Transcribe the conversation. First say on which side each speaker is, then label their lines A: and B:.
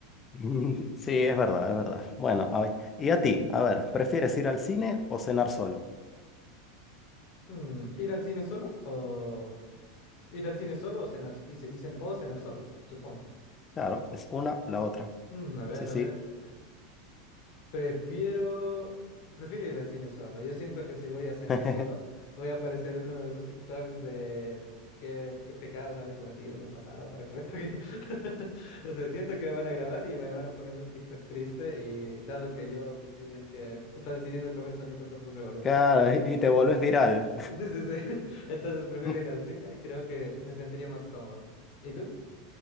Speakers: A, on the left; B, on the left.
A: <laughs> Sí, es verdad, es verdad. Bueno, a ver, y a ti, a ver, ¿prefieres ir al cine o cenar solo?
B: Hmm, ¿ir al cine solo o ir al cine solo o cenar, so- y ce- y cen- o cenar solo, supongo?
A: Claro, es una o la otra.
B: Mm, a ver,
A: Sí, sí.
B: a ver. Prefiero, prefiero ir al cine solo. Yo siento que si voy a cenar
A: <laughs>
B: solo, voy a aparecer en uno de esos TikToks de qué, qué pecados habré cometido en un pasado para que me toque. <laughs> No sé, siento que me van a grabar y me van a poner un TikTok triste y dado que yo sido el que está decidiendo comer solito por propia voluntad.
A: Claro,
B: <laughs>
A: y y te vuelves viral.
B: Sí, sí, sí. <laughs> Entonces prefiero
A: <laughs>
B: ir al cine, creo que me sentiría más cómodo. ¿Y tú?